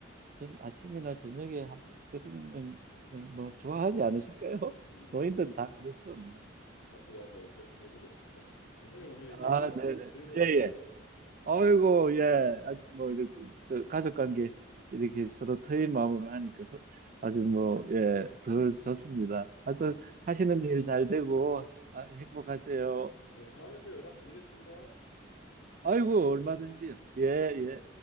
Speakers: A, on the right (about 40°); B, on the left (about 90°).
A: 전 아침이나 저녁에 한 번씩 드리는 건뭐 좋아하지 않으실까요? <laughs>
B: 음,
A: 노인들은 다 그렇죠 뭐.
B: 음. 앞으로 한번 그렇게 해보겠습니다. 선생님 오늘
A: 아
B: 얘기해서
A: 네네
B: 너무 즐거웠습니다.
A: 예예 아이고, 예. 아주 뭐, 이렇게, 저, 가족 관계 이렇게 서로 터인 마음으로 하니까 서- 아주 뭐, 예, 더 좋습니다. 하여튼
B: <laughs>
A: 하시는 일 잘 되고, 아, 행복하세요.
B: 네, 다음에 또 연락드리겠습니다.
A: 아이고, 얼마든지요. 예, 예.
B: 네.